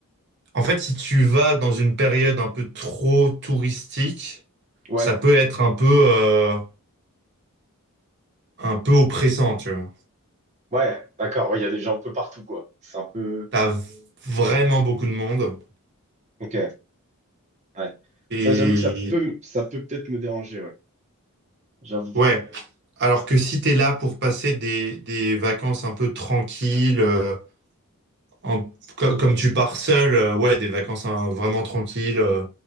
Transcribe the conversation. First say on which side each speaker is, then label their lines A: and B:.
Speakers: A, on the right; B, on the right.
A: en fait, si tu vas dans une période un peu trop touristique,
B: Ouais,
A: ça
B: ouais,
A: peut être un peu, euh, un peu oppressant, tu vois.
B: ouais, d'accord. ouais, Il y a des gens un peu partout, quoi. C'est un peu.
A: T'as v- vraiment beaucoup de monde.
B: Ok, ouais.
A: Et
B: Ça, j'avoue que ça peut, m- ça peut peut-être me déranger, ouais. J'avoue.
A: ouais. Alors que si t'es là pour passer des, des vacances un peu tranquilles, euh, en- comme, comme tu pars seul, euh, ouais, des vacances hein, vraiment tranquilles, euh,